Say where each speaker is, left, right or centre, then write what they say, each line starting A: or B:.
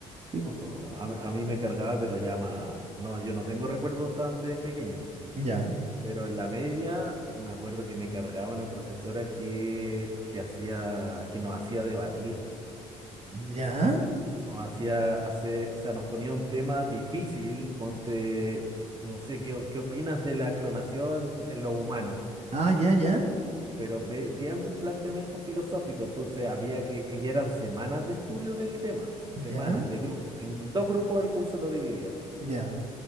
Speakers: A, on the right (about 40°); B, on the right (about 25°).
A: Sí, po.
B: No, a, a mí me cargaba, pero ya más. No, yo no tengo recuerdos tan de pequeño,
A: Ya,
B: pero en la media me acuerdo que me cargaba una profesora que, que hacía, que nos hacía debatir,
A: ya,
B: nos hacía hacer, o sea, nos ponía un tema difícil, ponte, no sé, ¿qué, qué opinas de la clonación en lo humano?
A: ah, ya, ya,
B: Pero me- bien planteamiento filosófico, entonces había que, y eran semanas de estudio del tema, semanas
A: ya,
B: de grupo, en dos grupos el curso lo dividía.
A: ya,